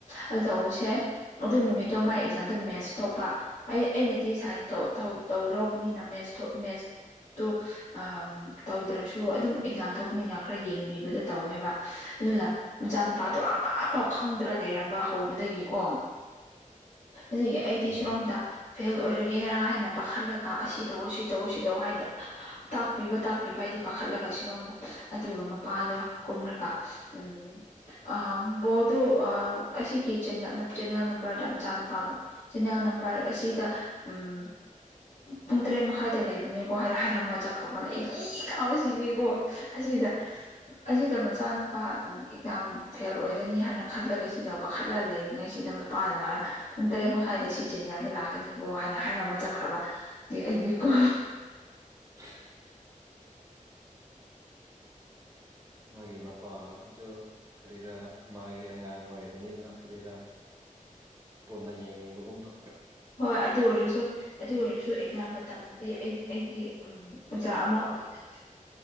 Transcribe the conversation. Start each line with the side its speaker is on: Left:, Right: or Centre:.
Left: ꯑꯗꯨ ꯇꯧꯕꯁꯦ ꯑꯗꯨ ꯅꯨꯃꯤꯠꯇꯣ ꯃꯥꯥꯏ ꯑꯦꯛꯖꯥꯝꯗꯣ ꯃꯦꯠꯁ ꯊꯣꯛꯄ ꯑꯩ ꯑꯩꯅꯗꯤ ꯁꯥꯏꯟꯁꯇꯣ ꯊꯧ ꯇꯧ ꯂꯧꯕꯅꯤꯅ ꯃꯦꯠꯁ ꯃꯦꯠꯁꯇꯨ ꯑ ꯇꯧꯗ꯭ꯔꯁꯨ ꯑꯗꯨꯝ ꯑꯦꯛꯖꯥꯝ ꯊꯣꯛꯄꯅꯤꯅ ꯈꯔ ꯌꯦꯡꯕꯤꯕꯗ ꯇꯧꯋꯦꯕ ꯑꯗꯨꯗ ꯃꯆꯥꯅꯨꯄꯥꯗꯨ ꯑꯃꯐꯥꯎ ꯈꯪꯗ꯭ꯔ ꯂꯩꯔꯝꯕ ꯍꯧꯕꯗꯒꯤ ꯀꯣ ꯑꯗꯨꯒꯤ ꯑꯩꯗꯤ
Right: ꯑꯣ
Left: ꯁꯨꯔꯣꯝꯗ ꯐꯦꯜ ꯑꯣꯏꯔꯒꯦꯔꯥ ꯍꯥꯏꯅ ꯄꯥꯈꯠꯂꯒ ꯑꯁꯤ ꯇꯧ ꯁꯤ ꯇꯧꯑꯣ ꯁꯤ ꯇꯧ ꯍꯥꯏꯅ ꯇꯥꯛꯄꯤꯕ ꯇꯥꯛꯄꯤꯕ ꯑꯩꯗꯤ ꯄꯥꯈꯠꯂꯒ ꯏ ꯁꯤꯔꯣꯝꯗ ꯑꯗꯨꯒ ꯃꯄꯥꯗꯣ ꯀꯨꯝꯔꯒ ꯎꯝ ꯑ ꯕꯣꯜꯗꯨ ꯑ ꯑꯁꯤꯒꯤ ꯆꯦꯟꯅꯦꯜ ꯅꯝꯕꯔꯗ ꯃꯆꯥꯅꯨꯄꯥꯕꯨ ꯆꯦꯟꯅꯦꯜ ꯅꯝꯕꯔ ꯑꯁꯤꯗ ꯎꯝ ꯄꯨꯡ ꯇꯔꯦꯠ ꯃꯈꯥꯏꯗ ꯂꯩꯕꯅꯦꯀꯣ ꯍꯥꯏꯔ ꯍꯥꯏꯔꯝꯃ ꯆꯠꯈꯕꯅꯦ ꯑꯩꯅ ꯏ ꯀꯥꯕꯁꯤꯗꯤꯀꯣ ꯑꯁꯤꯗ ꯑꯁꯤꯗ ꯃꯆꯥꯅꯨ ꯄꯥ ꯑꯦꯛꯖꯥꯝ ꯐꯦꯜ ꯑꯣꯏꯔꯅꯤ ꯍꯥꯏꯅ ꯈꯜꯂꯒ ꯁꯤꯗ ꯄꯥꯈꯠꯂ ꯂꯩꯔꯤꯉꯩꯁꯤꯗ ꯃꯄꯥꯅ ꯂꯥꯛꯂꯒ ꯄꯨꯡ ꯇꯔꯦꯠ ꯃꯈꯥꯏꯗ ꯁꯤ ꯆꯦꯟꯅꯦꯜꯗ ꯂꯥꯛꯀꯅꯤꯀꯣ ꯍꯥꯏꯅ ꯍꯥꯏꯔꯝꯃ ꯆꯠꯈ꯭ꯔꯕ ꯑꯩꯗꯤꯀꯣ
Right: <unintelligible> ꯃꯣꯢꯒꯤ ꯃꯄꯥꯖꯨ ꯀꯔꯤꯔꯥ ꯃꯥꯒꯤ ꯑꯉꯥꯡ ꯑꯣꯏꯕꯅꯤꯅ ꯀꯔꯤꯔꯥ ꯄꯨꯟꯅ ꯌꯦꯡꯅꯤꯡꯕꯒꯨꯝꯗꯣ
Left: ꯍꯣꯏ ꯑꯗꯨ ꯑꯣꯏꯔꯁꯨ ꯑꯗꯨ ꯑꯣꯏꯔꯁꯨ ꯑꯦꯛꯖꯥꯝ ꯃꯇꯝ ꯑ ꯑꯩꯗꯤ ꯑꯩꯗꯤ ꯑꯣꯖꯥ ꯑꯃ ꯑꯣꯏꯅ